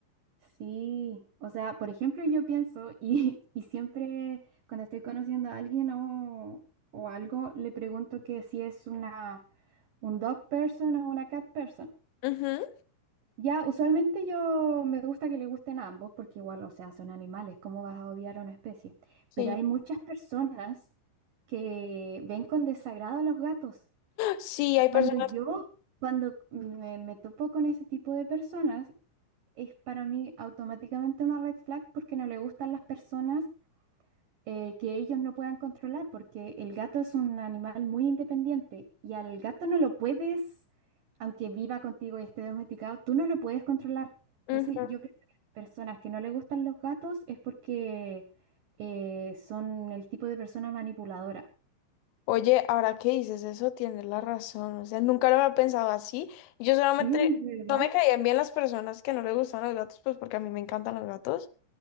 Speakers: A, on the right; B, on the left.
A: sí. O sea, por ejemplo, yo pienso <laughs> y, y siempre cuando estoy conociendo a alguien o, o algo, le pregunto que si es una, un dog person o una cat person.
B: Ujú,
A: Ya, usualmente yo me gusta que le gusten a ambos porque igual, o sea, son animales, ¿cómo vas a odiar a una especie?
B: sí.
A: Pero hay muchas personas que ven con desagrado a los gatos.
B: Sí, hay personas.
A: Cuando yo, cuando me, me topo con ese tipo de personas, es para mí automáticamente una red flag porque no le gustan las personas eh, que ellos no puedan controlar, porque el gato es un animal muy independiente y al gato no lo puedes, aunque viva contigo y esté domesticado, tú no lo puedes controlar. Entonces,
B: ujú.
A: yo creo que las personas que no le gustan los gatos es porque eh, son el tipo de persona manipuladora.
B: Oye, ahora que dices eso, tienes la razón. O sea, nunca lo había pensado así. Yo solamente
A: Sí, sí, de verdad.
B: no me caían bien las personas que no les gustaban los gatos, pues porque a mí me encantan los gatos.